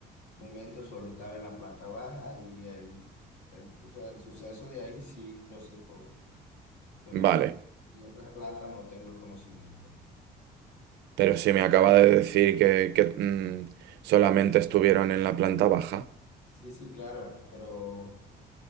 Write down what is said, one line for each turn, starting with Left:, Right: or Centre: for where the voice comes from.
Left: momento, solo estaba en la planta baja y ahí, el- o sea, el suceso de ahí sí lo sé todo. pero
Right: Vale.
Left: en, ot- en otras plantas no tengo el conocimiento.
Right: Pero si me acaba de decir que, que, mm, solamente estuvieron en la planta baja.
Left: Sí, sí, claro, pero